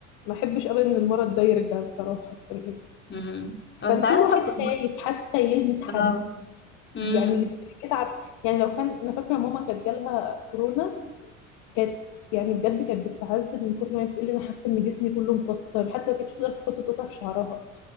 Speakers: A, on the left; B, on the left.
A: ما احبش ابدا ان المرض ده يرجع بصراحة كان
B: مم. بس
A: كان
B: عارفة
A: كل واحد
B: كنت
A: خايف حتى يلمس حد
B: اه مم.
A: يعني اللي بيتعب يعني لو كان انا فاكرة ماما كانت جالها كورونا كانت يعني بجد كانت بتتعذب من كتر ما هي بتقول لي انا حاسة ان جسمي كله مكسر حتى ما كانتش تقدر تحط توكة في شعرها